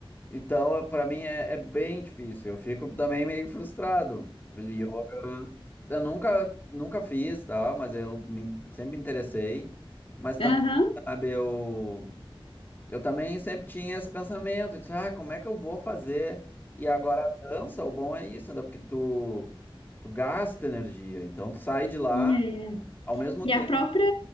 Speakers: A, on the left; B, on the left.
A: Então, para mim é, é bem difícil. Eu fico também meio frustrado. Yoga, eu nunca, nunca fiz, tá? Mas eu me- sempre me interessei. Mas também,
B: Aham.
A: sabe, eu, eu também sempre tinha esse pensamento de, ah, como é que eu vou fazer? E agora a dança, o bom é isso, né? Porque tu, tu gasta energia. Então, tu sai de lá,
B: É.
A: ao mesmo
B: E
A: tempo.
B: a própria